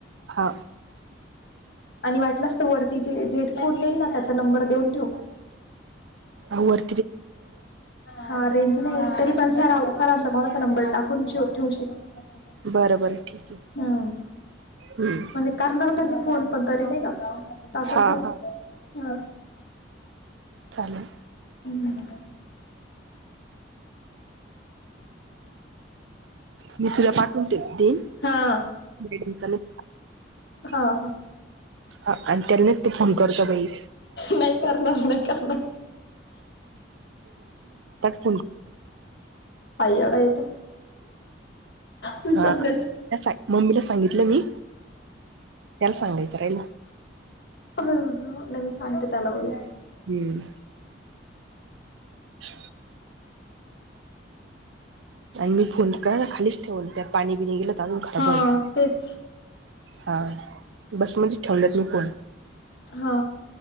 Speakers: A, on the right; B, on the left.
A: हा
B: आणि वाटलंस त वरती जे जे फोन घेऊन त्यांचा नंबर देऊन ठेव
A: आवर
B: ह रेंज नाही तरी पण स सरांचा कोणाचा नंबर टाकून ठेव शील हम्म
A: बरं बरं ठीक आहे
B: म्हणजे
A: हम्म
B: करणार कधी फोन पण तरी नाही का टाकून
A: हा
B: ठेव
A: हा
B: ह
A: चालेल
B: ह्
A: मी तुला पाठवून ठेव देईन
B: हा
A: <unintelligible>
B: हा हा
A: ह आणि त्यांनीच तू फोन करते
B: नाही करणार नाही करणार
A: <unintelligible>
B: फार येडा आहे तो
A: हा
B: सांगलेत
A: मम्मीला सांगितलं मी त्याला सांगायचं राहिल
B: ह नाही मी सांगते त्याला उद्या
A: हम्म ह आणि मी फोन कर खालीच ठेवून त्या पाणी बिनी गेलं तर अजून खराब
B: हा
A: व्हायचं
B: तेच
A: हा बसमध्येच ठेवल्यात मी फोन
B: हा